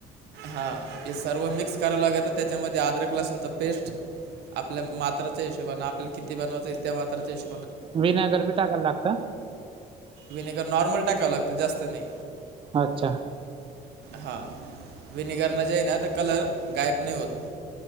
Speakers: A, on the right; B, on the right.
A: हां हे सर्व मिक्स करायचं लागेल तरं त्यांच्यामध्ये अदरक लसूणची पेस्ट आपल्या मात्रा हशबाने आपल्या किती बनवाचंय त्या म्राच्या हिशब
B: विनयगरपी टाकायला लागत.
A: विनेगर नॉर्मल टाकावं लागतं जास्त नाही.
B: अच्छा.
A: हा. विनेगर न जे ना तर कलर गायब नाही होत.